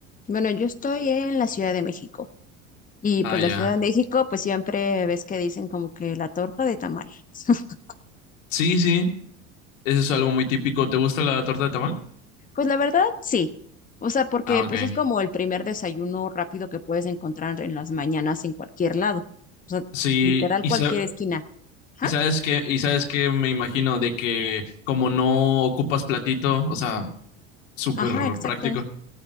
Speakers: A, on the left (about 20°); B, on the left (about 85°).
A: Bueno, yo estoy en la Ciudad de México y
B: Ah,
A: pues
B: ya.
A: la Ciudad de México pues siempre ves que dicen como que la torta de tamal. <laughs>
B: Sí, sí, eso es algo muy típico. ¿Te gusta la torta de tamal?
A: Pues la verdad, sí. O sea, porque
B: Ah,
A: pues
B: ok.
A: es como el primer desayuno rápido que puedes encontrar en las mañanas en cualquier lado. O sea,
B: Sí,
A: literal
B: y
A: cualquier
B: sa-
A: esquina. Ajá,
B: Y sabes que, y sabes que me imagino de que como no ocupas platito, o sea, súper
A: ajá, exacto.
B: práctico.